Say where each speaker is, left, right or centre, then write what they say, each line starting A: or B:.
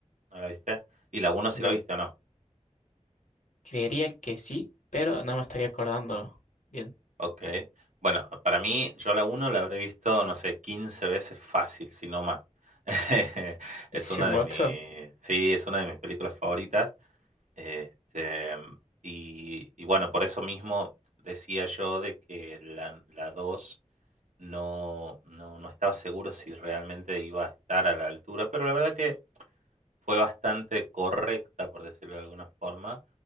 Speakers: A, on the right; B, on the left.
A: ¿no la viste? Y la uno si
B: No.
A: la viste o no.
B: Creería que sí, pero no me estaría acordando bien. <laughs>
A: Ok. Bueno, para mí, yo la uno la habré visto, no sé, 15 veces fácil, si no más. <laughs> Es
B: Sí,
A: una
B: un
A: de
B: montón.
A: mis, sí, es una de mis películas favoritas. Este, y, y bueno, por eso mismo decía yo de que la, la 2 no, no, no estaba seguro si realmente iba a estar a la altura, pero la verdad que fue bastante correcta, por decirlo de alguna forma.